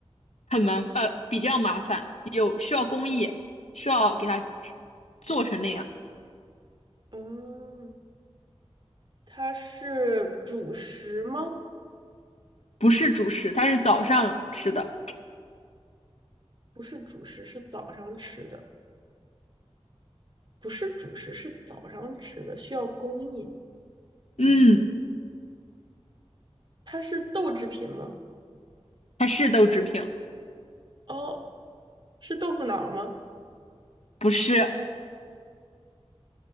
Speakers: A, on the left; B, on the right.
A: 很麻呃比较麻烦，有需要工艺，需要给它做成那样，
B: 嗯，它是主食吗？
A: 不是主食，它是早上吃的。
B: 不是主食，是早上吃的，不是主食，是早上吃的，需要工艺。
A: 嗯，
B: 它是豆制品吗？
A: 它是豆制品，
B: 哦，是豆腐脑儿吗？
A: 不是，